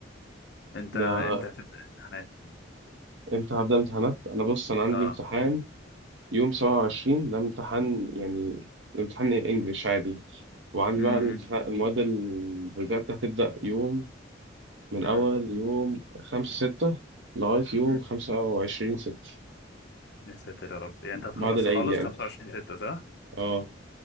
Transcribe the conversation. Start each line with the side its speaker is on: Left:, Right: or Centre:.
Left: <laughs> انت
Right: ده
Left: انت هتبدأ امتحانات
Right: امتى هبدأ امتحانات انا بص انا عندي
Left: اه
Right: امتحان
Left: <laughs>
Right: يوم 27 ده امتحان يعني امتحان انجليش عادي وعندي
Left: امم
Right: بقى الامتحان المواد اللي بجد هتبدأ يوم من
Left: امم
Right: اول يوم 5 6 لغاية يوم
Left: أمم.
Right: 25 6
Left: يا ساتر يا رب يعني انت هتخلص
Right: بعد العيد
Left: خالص
Right: يعني
Left: 25 6 صح
Right: اه